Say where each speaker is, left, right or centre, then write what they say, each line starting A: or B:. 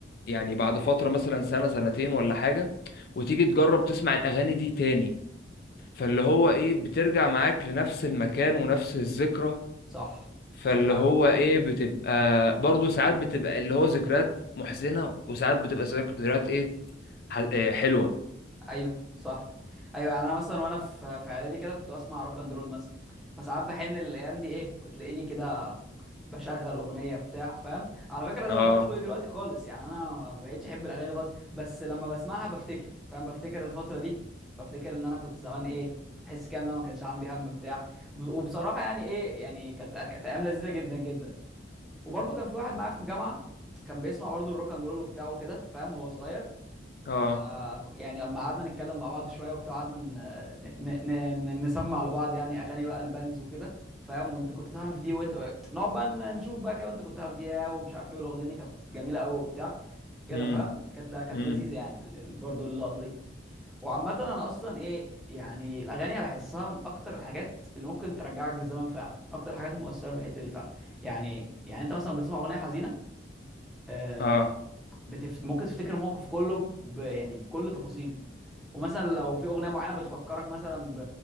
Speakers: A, on the left (about 50°); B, in the centre.
A: يعني بعد فترة مثلا سنة سنتين ولا حاجة وتيجي تجرب تسمع الأغاني دي تاني فاللي هو ايه بترجع معاك لنفس المكان ونفس الذكرى
B: صح
A: فاللي
B: صح قوي
A: هو ايه بتبقى برضو ساعات بتبقى اللي هو ذكريات محزنة وساعات بتبقى ذك- ذكريات ايه ح- إيه، حلوة
B: ايوه صح ايوه يعني انا مثلا وانا في في اعدادي كده كنت بسمع روك اند رول مثلا فساعات بحن الايام دي ايه وتلاقيني كده بشغل اغنيه بتاع فاهم على فكره ده
A: اه
B: ما بقاش ذوقي دلوقتي خالص يعني انا ما بقتش احب الاغاني دي خالص بس لما بسمعها بفتكر فاهم بفتكر الفتره دي بفتكر ان انا كنت زمان ايه احس كده ان انا ما كانش عندي هم بتاع وبصراحه يعني ايه يعني كانت كانت ايام لذيذه جدا جدا وبرده كان في واحد معايا في الجامعه كان بيسمع برضه الروك اند رول وبتاعه كده فاهم وهو صغير
A: اه
B: ف يعني لما قعدنا نتكلم مع بعض شويه وبتاع قعدنا ن... ن... ن... ن... نسمع لبعض يعني اغاني بقى البانز وكده فاهم وانت كنت تعرف دي وانت نقعد بقى ن- نشوف بقى كده وانت كنت تعرف دي إيه ومش عارف ايه والاغنيه دي كانت جميله قوي وبتاع كده
A: امم
B: فاهم كانت ل... كانت
A: امم
B: لذيذه يعني ال... ال- برضو اللقطه دي وعامه انا اصلا ايه يعني الاغاني بحسها من اكتر الحاجات اللي ممكن ترجعك بالزمن فعلا من اكتر الحاجات المؤثره في الحته دي فعلا يعني يعني انت مثلا بتسمع اغنيه حزينه آه،
A: اه
B: بتف... ممكن تفتكر الموقف كله ب... يعني بكل تفاصيله ومثلا لو في اغنيه معينه بتفكرك مثلا ب...